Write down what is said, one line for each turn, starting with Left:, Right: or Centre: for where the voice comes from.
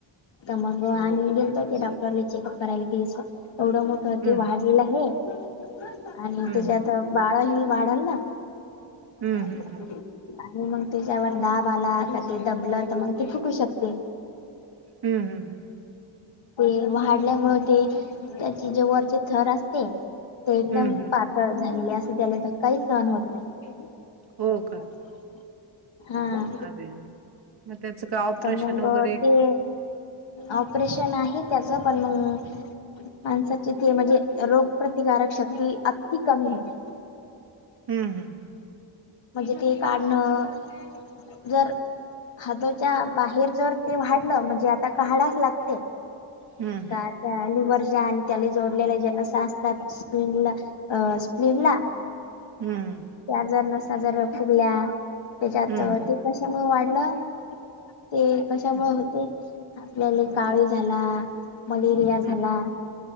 Left: तर मग आम्ही गेलतो ते डॉक्टरला चेकअप करायला तिनशे एवढं मोठं
Right: हम्म
Left: ते वाढलेलं आहे. आणि
Right: हम्म
Left: त्याच्यात
Right: हम्म
Left: बाळ हि वाढल न.
Right: हम्म
Left: आणि
Right: हम्म
Left: मग त्याच्यावर दाब आला का ते दबलं त मग ते फुटू पण शकते.
Right: हम् हम,
Left: ते वाढल्यामुळे ते त्याचे जे वरचे थर असते. ते एकदम
Right: हम्म हम्म
Left: पातळ झालेले असं त्याला धक्काही सहन होत नाही.
Right: हो
Left: <unintelligible> हा
Right: आदेल मग त्याच काय ऑपरेशन
Left: तर मग
Right: वगैरे
Left: ते ऑपरेशन आहे त्याच पण मग माणसाचे ते म्हणजे रोग प्रतिकारक शक्ती अंती कमी होते.
Right: हम् हम,
Left: म्हणजे ते काढणं जर हाताच्या बाहेर जर ते वाढलं म्हणजे आता काहाढाच लागते.
Right: हम्म हम्,
Left: का त्या लिवरज्या आणि त्याले जोडलेला ज्या नसा असतात स्पीनला अ.. स्पिनला
Right: हम्म,
Left: त्यां जरं नसां जरं फुगल्यां त्यांच्यात
Right: हं,
Left: ते कशां मंग वाढलं. ते कशांमुळे
Right: हं,
Left: होते आपल्यांला कावीळ झालां मलेरिया झालां..
Right: हं,